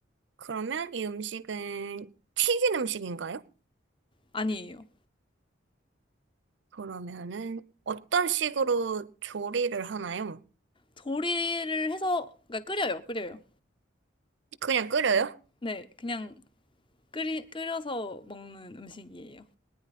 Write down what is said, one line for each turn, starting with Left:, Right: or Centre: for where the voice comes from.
Right: 그러면 이 음식은 튀긴 음식인가요?
Left: 아니에요.
Right: 그러면은 어떤 식으로 조리를 하나요?
Left: 조리를 해서, 그러니까 끓여요, 끓여요.
Right: 그냥 끓여요?
Left: 네, 그냥 끓이, 끓여서 먹는 음식이에요.